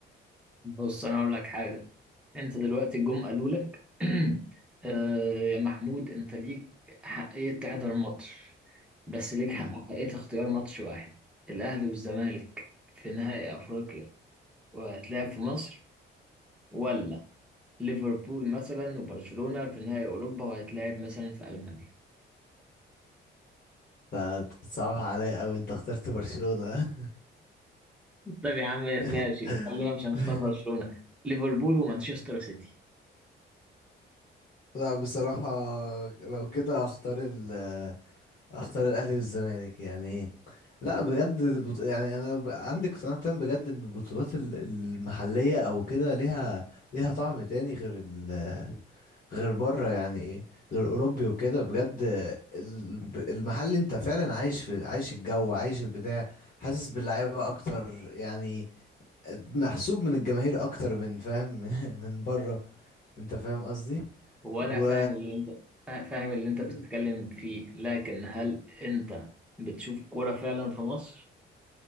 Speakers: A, in the centre; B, on the left.
A: بص انا اقول لك حاجه انت دلوقتي جم قالوا لك <clears throat> آه، يا محمود انت ليك حقيه تحضر ماتش بس ليك
B: مم.
A: حق حقيه اختيار ماتش واحد الاهلي والزمالك في نهائي افريقيا وهتلعب في مصر ولا ليفربول مثلا وبرشلونه في نهائي اوروبا وهتلعب مثلا في المانيا
B: انت بتصعبها عليا قوي انت اخترت برشلونة
A: طيب يا عم ماشي
B: <laughs>
A: خلينا مش هنختار برشلونة ليفربول ومانشستر سيتي
B: لا بصراحة لو كده هختار ال اختار الاهلي والزمالك يعني لا بجد البط- يعني انا ب- عندي اقتناع تام بجد ان البطولات ال- المحليه او كده ليها ليها طعم تاني غير ال غير بره يعني ايه غير اوروبي وكده بجد ال- ب- المحلي انت فعلا عايش في عايش الجو عايش البتاع حاسس باللعيبه اكتر يعني محسوب من الجماهير اكتر من فاهم <laughs> من بره انت فاهم قصدي
A: هو
B: و
A: انا فاهم اللي انت فا- فاهم اللي انت
B: مم.
A: بتتكلم فيه لكن هل انت بتشوف كورة فعلا في مصر